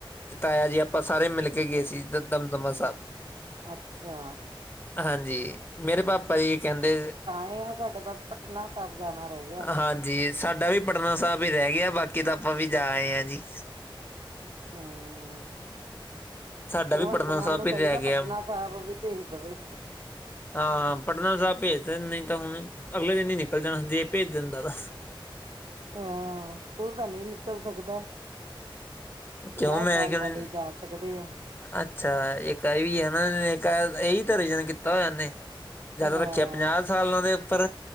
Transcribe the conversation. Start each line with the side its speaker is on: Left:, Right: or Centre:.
Left: ਤੇ ਤਾਇਆ ਜੀ ਆਪਾਂ ਸਾਰੇ ਮਿਲ ਕੇ ਗਏ ਸੀ ਦਮਦਮਾ ਸਾਬ।
Right: ਅੱਛਾ।
Left: ਹਾਂਜੀ, ਮੇਰੇ ਪਾਪਾ ਜੀ ਕਹਿੰਦੇ
Right: ਨਿ ਬਸ, ਸਾਡਾ ਬਸ ਪਟਨਾ ਸਾਬ ਜਾਨਾ ਰੇ
Left: ਹਾਂਜੀ, ਸਾਡਾ ਵੀ ਪਟਨਾ ਸਾਬ ਈ ਰੇ ਗਿਆ ਬਾਕੀ ਤਾਂ ਆਪਾਂ ਵੀ ਜਾ ਆਏ ਆ ਜੀ।
Right: ਹੂੰ।
Left: ਸਾਡਾ
Right: ਪਗਵੰਤ
Left: ਵੀ ਪਟਨਾ
Right: ਮਾਨ
Left: ਸਾਹਿਬ
Right: ਨੂੰ
Left: ਹੀ
Right: ਚਾਈਦਾ
Left: ਰਹਿ ਗਿਆ
Right: ਪਟਨਾ ਸਾਹਬ ਵੀ ਭੇਜ ਦਵੇ।
Left: ਹਾਂ, ਪਟਨਾ ਸਾਬ ਪੇਜ ਦੇ ਨੀਂ ਤਾਂ ਹੁਨ ਅਗਲੇ ਦਿਨ ਈ ਨਿਕਲ ਜਾਨਾ ਜੇ ਪੇਜ ਦੈਂਦਾ ਤਾਂ।
Right: ਹਾਂ, ਤੂੰ ਤਾਂ ਨੀਂ ਨਿਕਲ ਸਕਦਾ। ਪੰਜਾ
Left: ਕਿਉਂ ਮੈਂ
Right: ਸਾਲ
Left: ਕਿਉਂ
Right: ਵਾਲੇ
Left: ਨਹੀਂ
Right: ਹੀ ਜਾ ਸਕਦੇ ਏ।
Left: ਅੱਛਾ, ਇੱਕ ਏ ਵੀ ਏ ਨਾ ਐਈ ਤਾ ਰੀਜਨ ਕੀਤਾ ਹੋਇਆ ਇਹਨੇ। ਜਾ
Right: ਹਾਂ
Left: ਤਾ ਰੱਖਿਆ ਪੰਜਾ ਸਾਲਾ ਦੇ ਉੱਪਰ।